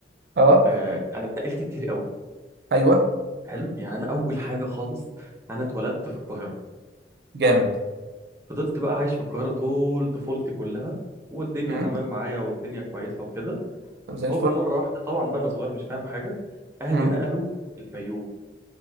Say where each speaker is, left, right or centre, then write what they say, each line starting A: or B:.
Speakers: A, on the right; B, on the right.
A: اه
B: آه انا اتنقلت كتير قوي
A: ايوه
B: حلو يعني انا اول حاجه خالص انا اتولدت في القاهره
A: جامد
B: فضلت بقى عايش في القاهره طول طفولتي كلها والدنيا
A: امم
B: تمام معايا والدنيا كويسه وكده
A: طب زي الفل
B: هوب مره واحده طبعا بقى انا صغير مش فاهم حاجه اهلي
A: امم
B: نقلوا الفيوم